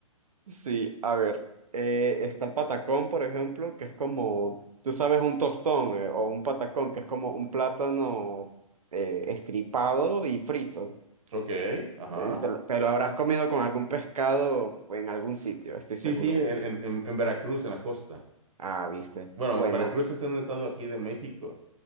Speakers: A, on the right (about 85°); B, on the right (about 65°).
A: Sí, a ver, eh, está el patacón, por ejemplo, que es como, tú sabes, un tostón eh, o un patacón, que es como un plátano eh, estripado y frito.
B: Ok. Ajá.
A: Eh, Te, lo te lo habrás comido con algún pescado o en algún sitio, estoy seguro.
B: Sí, sí, en, en, en- en Veracruz, en la costa.
A: Ah, viste.
B: Bueno,
A: Bueno,
B: Veracruz es un estado aquí de México.